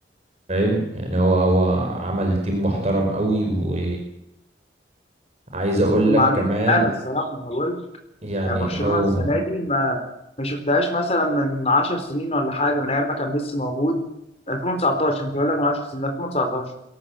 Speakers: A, on the right; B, on the left.
A: فاهم يعني هو هو عمل تيم محترم قوي و عايز اقول
B: هم
A: لك
B: عاملين
A: كمان
B: حاله الصراحه ما انا بقول لك.
A: يعني
B: يعني برشلونه
A: هو
B: السنه دي ما ما شفتهاش مثلا من 10 سنين ولا حاجه من ايام ما كان ميسي موجود 2019 مش هقول لك من 10 سنين 2019